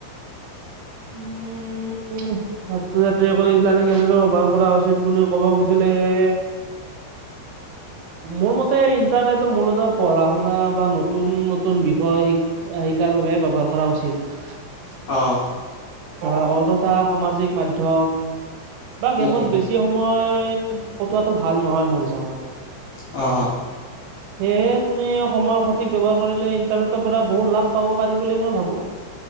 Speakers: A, on the right (about 85°); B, on the left (about 55°).
A: উম। উম ছাত্ৰ ছাত্ৰীসকলে ইণ্টাৰনেট কেনেকে ব্যৱহাৰ কৰা উচিত বুলি ক'ব খুজিছিলে <unintelligible> মোৰ মতে ইণ্টাৰনেটৰ মূলত পঢ়া শুনা বা নতুন নতুন বিষয় শিক শিকাৰ বাবে ব্যৱহাৰ কৰা উচিত।
B: অ'।
A: পঢ়া, অযথা সামাজিক মাধ্যম বা গেমত
B: উম।
A: বেছি সময় কটোৱাটো ভাল নহয় মোৰ হিচাপত।
B: অ'।
A: <unintelligible> সেয়েহে তুমি সময়ৰ সঠিক ব্যৱহাৰ কৰিলে ইণ্টাৰনেটৰ পৰা বহু লাভ পাব পাৰি বুলি মই ভাবো।